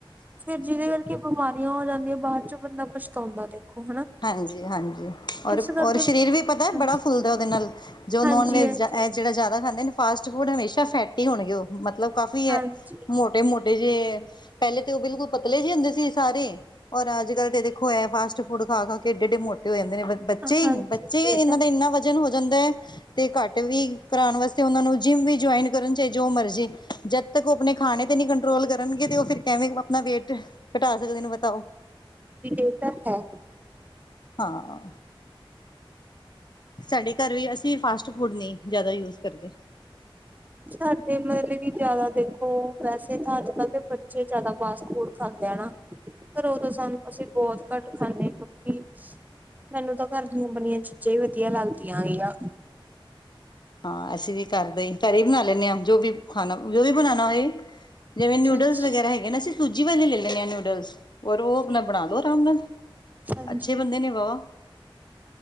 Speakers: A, on the right; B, on the left.
A: ਫੇਰ ਜਿਹਦੇ ਕਰਕੇ ਬਿਮਾਰੀਆਂ ਹੋ ਜਾਂਦੀਆਂ ਬਾਅਦ ਚ ਕੁਸ਼ ਤਾਂ ਹੁੰਦਾ ਦੇਖੋ।
B: ਹਾਂਜੀ ਹਾਂਜੀ ਔਰ
A: ਇਸ ਕਰਕੇ
B: ਔਰ ਸਰੀਰ ਵੀ ਪਤਾ
A: ਹਾਂਜੀ,
B: ਬੜਾ ਫੁੱਲਦਾ ਉਹਦੇ ਨਾਲ। ਜੋ ਨੋਨ
A: ਹਾਂਜੀ,
B: ਵੈਜ
A: ਹਾਂਜੀ,
B: ਜਾ ਇਹ ਜਿਹੜਾ ਜ਼ਿਆਦਾ ਖਾਂਦੇ ਨੇ ਫਾਸਟ ਫੂਡ ਹਮੇਸ਼ਾ ਫੈਟੀ ਹੋਣਗੇ ਉਹ ਮਤਲਬ ਕਾਫੀ
A: ਹਾਂਜੀ।
B: ਮੋਟੇ ਮੋਟੇ ਜੇ ਪਹਿਲੇ ਤੇ ਉਹ ਬਿਲਕੁਲ ਪਤਲੇ ਜਿਹੇ ਹੁੰਦੇ ਸੀ ਸਾਰੇ ਔਰ ਅੱਜ <unintelligible> ਫਾਸਟ ਫੂਡ ਖਾ ਕੇ ਏਡੇ ਏਡੇ ਮੋਟੇ ਹੋ ਜਾਂਦੇ ਨੇ ਬੱਚੇ
A: ਹਾਂਜੀ,
B: ਹੀ ਬੱਚੇ
A: ਇਹ
B: ਇਹਨਾਂ
A: ਤਾਂ
B: ਦਾ ਇੰਨਾ ਨੂੰ ਹੋ ਜਾਂਦਾ ਤੇ ਘੱਟ ਵੀ ਕਰਉਣ ਵਾਸਤੇ ਉਹਨਾਂ ਨੂੰ ਜਿੰਮ ਵੀ ਜੁਆਇਨ ਕਰਨ ਚਾਹੇ ਜੋ ਮਰਜ਼ੀ ਜ ਜਦੋਂ ਤੱਕ ਉਹ ਆਪਣੇ ਖਾਣੇ ਤੇ ਨੀ ਕੰਟਰੋਲ ਕਰਨਗੇ ਤੇ ਉਹ ਫੇਰ ਕੈਵੇਂ ਆਪਣਾ ਵੇਟ ਘਟਾ ਸਕਦੇ ਨੇ ਬਤਾਓ।
A: ਫੇਰ ਓੁਹ ਤਾਂ ਹੈ।
B: ਹਾਂ। ਸਾਡੇ ਘਰ ਵੀ ਅਸੀਂ ਫਾਸਟ ਫੂਡ ਨਹੀਂ ਜ਼ਿਆਦਾ ਯੂਜ ਕਰਦੇ।
A: ਸਾਡੇ ਮਤਲਬ ਕਿ ਜਿਆਦਾ ਦੇਖੋ ਵੈਸੇ ਤਾਂ ਅੱਜ ਕੱਲ੍ਹ ਦੇ ਬੱਚੇ ਜ਼ਿਆਦਾ ਫਾਸਟਫੂਡ ਖਾਂਦੇ ਆ ਨਾ ਫੇਰ ਓੁਦੋਂ ਸਾਨੂੰ ਅਸੀਂ ਬਹੁਤ ਘੱਟ ਖਾਂਦੇ ਕਿਉਂਕਿ ਮੈਨੂੰ ਤਾਂ ਘਰ ਦੀਆਂ ਬਣੀਆਂ ਚੀਜ਼ਾਂ ਹੀ ਵਧੀਆ ਲੱਗਦੀਆਂ ਹੈਗੀਆਂ।
B: ਹਾਂ ਅਸੀਂ ਵੀ ਕਰਦੇ ਹੀ ਘਰੇ ਹੀ ਬਣਾ ਲੈਂਦੇ ਹਾਂ ਜੋ ਵੀ ਖਾਣਾ ਜੋ ਵੀ ਬਣਾਉਣਾ ਹੋਏ ਜਿਵੇਂ
A: ਅੱਛਾ,
B: ਨੂਡਲਸ
A: ਅੱਛਾ।
B: ਵਗੈਰਾ ਹੈ <unintelligible> ਅਸੀਂ ਸੂਜੀ ਵਾਲੇ ਲੈ ਲੈਣੇ ਹਾਂ ਨੂਡਲਸ ਔਰ ਉਹ ਆਪਣਾ
A: ਠੀਕ
B: ਬਣਾ ਲੋ ਆਰਾਮ ਨਾਲ।
A: ਹਾਂਜੀ।
B: ਅੱਛੇ ਬਣਦੇ ਨੇ ਵਾਹ